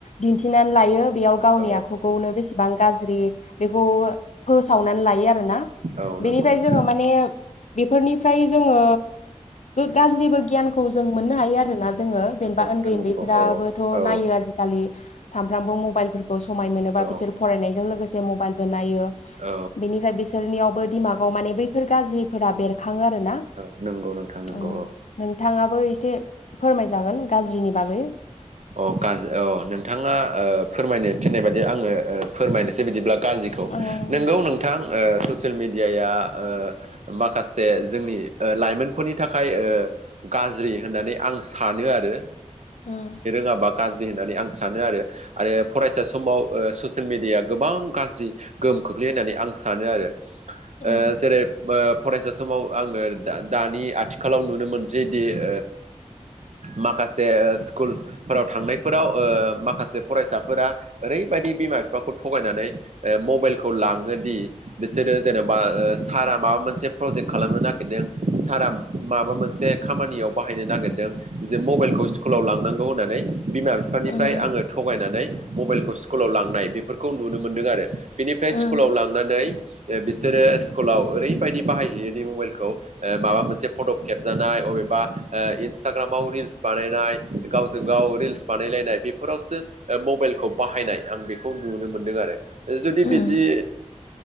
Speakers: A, on the left (about 70°); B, on the right (about 70°).
A: दिन्थिनानै लायो बेयाव गावनि
B: औ
A: आखु खौनो बेसेबां गाज्रि बेखौ फोसावनानै लायो आरोना
B: औ नंगौ
A: बेनिफ्राय
B: नोंथां
A: जोङो माने बेफोरनिफ्राय जोङो गाज्रिबो गियानखौ जों मोननो हायो आरो ना जोङो
B: औ
A: जेनबा
B: नंगौ नोंथां
A: ओन्दै ओन्दैफोराबोथ'
B: नंगौ औ औ
A: नायो आजिखालि सानफ्रामबो मबाइलफोरखौ समाय मोनो बा
B: औ
A: बिसोर फरानायजों लोगोसे मबाइलबो नायो
B: औ
A: बिनिफ्राय बिसोरनियावबो दिमाग औ मानि बैफोर गाज्रिफोरा बेरखांङो आरो ना
B: औ नंगौ नोंथां नंगौ
A: ओ
B: औ
A: नोंथाङाबो एसे फोरमाय जागोन गाज्रिनि बागै
B: अ गाज्रि अ नोंथाङा ओ फोरमायनो थिननाय बायदि आङो ओ फोरमायनोसै बिदिब्ला गाज्रिखौ
A: उम
B: नोंगौ नोंथां ओ‌ ससियेल मेडियाया ओ माखासे जोंनि ओ लाइमोनफोरनि थाखाय ओ गाज्रि होननानै आं सानो आरो
A: ओम
B: गाबा गाज्रि होननानै आं सानो आरो आरो फरायसा समाव ससियेल मेडियाया गोबां गाज्रि गोहोम खोख्लैयो होननानै आं सानो आरो
A: उम
B: ओ जेरै' बो फरायसा समाव आङो दा दानि आथिखालाव नुनो मोनसैदि ओ माखासेस स्कुल फोराव थांनायफोराव ओ माखासे फरायसाफोरा ओरै बायदि बिमा बिफाखौ थगायनानै ओ मबाइलखौ लाङोदि बिसोरो जेनोबा ओ सारा माबा मोनसे प्रजेक्ट खालामनो ना गिरदों सारा माबा मोनसे खामानियाव बाहायनो नागिरदों जे मबाइलखौ स्कुलाव लां नांगौ होनानै बिमा बिफानिफ्राय
A: उम
B: आङो थगायनानै मबाइलखौ स्कुलाव लांनाय बेफोरखौ नुनो मोनदों आरो बेनिफ्राय
A: उम
B: स्कुलाव लांनानै जे बिसोरो स्कुलाव ओरैबायदि बाहायहैयो दि मबाइलखौ ओ माबा मोनसे फट' खेबजानाय अबेबा बा ओ इन्सटाग्रामाव रिल्स बानायनाय गावजों गाव रिल्स बानायलायनाय बेफोरावसो ओ मबाइलखौ बाहायनाय आं बेखौ नुनो मोनदों आरो जुदि
A: उम,
B: बिदि‌